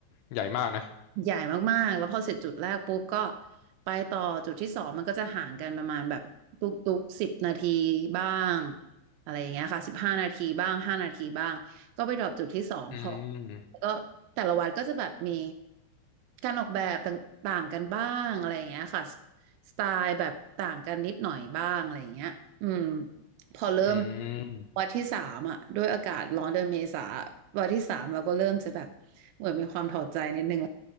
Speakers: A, on the left; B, on the right.
A: ใหญ่มากนะ
B: ใหญ่มากๆแล้วพอเสร็จจุดแรกปุ๊บก็ไปต่อจุดที่สองมันก็จะห่างกันประมาณแบบทุกๆกสิบนาทีบ้างอะไรอย่างเงี้ยค่ะสิบห้านาทีบ้างห้านาทีบ้างก็ไปดรอปจุดที่สองพอ
A: อืม
B: แล้วก็แต่ละวัดก็จะแบบมีการออกแบบต่างๆกันบ้างอะไรอย่างเงี้ยค่ะสไตล์แบบต่างกันนิดหน่อยบ้างอะไรอย่างเงี้ยอืมพอเริ่ม
A: อืม
B: วันที่สามอ่ะด้วยอากาศร้อนเดือนเมษาวันที่สามเราก็เริ่มจะแบบเหมือนมีความถอดใจนิดนึง